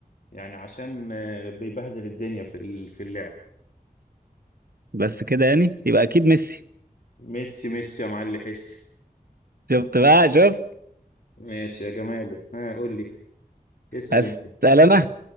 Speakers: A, on the left; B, on the right.
A: يعني عشان آه بيبهدل الدنيا في ال- في اللعب
B: بس كده يعني يبقى اكيد ميسي
A: ميسي ميسي يا معلي حش
B: شفت بقى شفت
A: ماشي يا جمال ها قول لي اسأل
B: هسأل
A: انت
B: انا